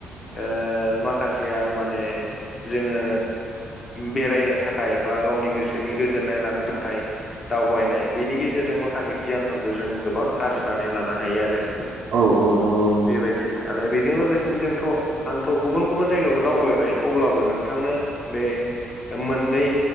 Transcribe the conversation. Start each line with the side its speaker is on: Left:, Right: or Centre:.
Left: ओ माखासेया माने जोङो बेरायनो थाखाय बा गावनि गोसोनि गोजोननाय लानो थाखाय दावबायनाय बेनि गेजेरजों माखासे गियानफोरखौ जों गोबां आरजिनानै लानो हायो आरो
Right: औ औ नंगौ नंगौ
Left: बेबायदि आरो बेजों लोगोसेनो जोंथ' आंथ' गुबुन गुबुन जायगायावबो दावबायबाय अब्लाबो नोंथांनो बे मोननै